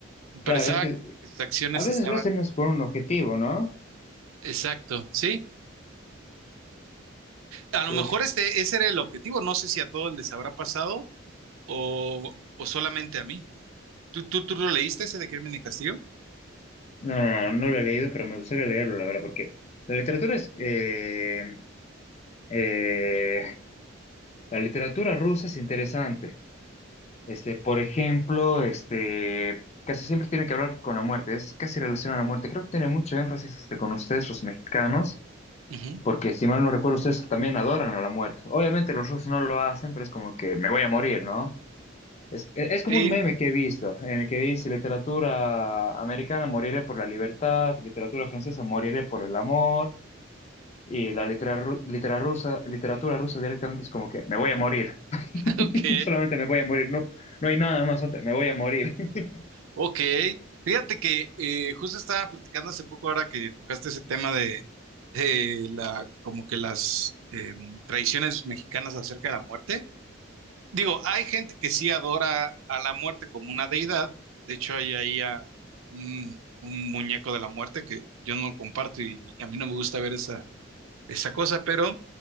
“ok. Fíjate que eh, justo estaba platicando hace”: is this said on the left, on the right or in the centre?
Right